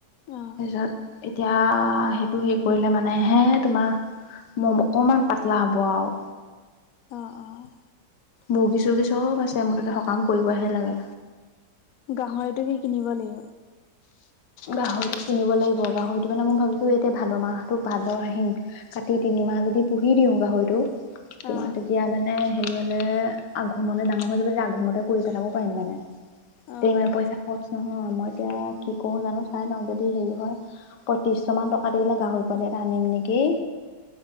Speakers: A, on the left; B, on the left.
A: অ',
B: ৰাত এতিয়া সেইটো হেৰি কৰিলে মানে হে তোমাৰ <unintelligible> অকনমান পাতলা হ'ব আৰু।
A: অ' অ'
B: মুৰ্গী-চৰ্গী চব আছে, মোথতে সকাম কৰিবহে লাগে।
A: গাহৰিটো কে কিনিব লাগিব।
B: গাহৰিটো কিনিব লাগিব, গাহৰিটো মানে মই ভাবিছো এতিয়া ভাদ মাহতো ভাদ, আহিন- কাতি তিনিমাহ যদি পুহি দিওঁ গাহৰিটো-
A: পাঁচ
B: তোমাৰ তেতিয়া মানে হেৰি হলে আঘোণলে ডাঙৰ হৈ যাব, তেতিয়া আঘোণতে- কৰি পেলাব পাৰিম মানে
A: হাজাৰ
B: এতিয়া ইমান পইচা খৰচ নহয়, মই এতিয়া কি কৰোঁ জানো? চাই লওঁ, যদি হেৰি হয় পয়ত্ৰিশ মান টকা দি পেলাই গাহৰি পোৱালি এটা আনিম নেকি?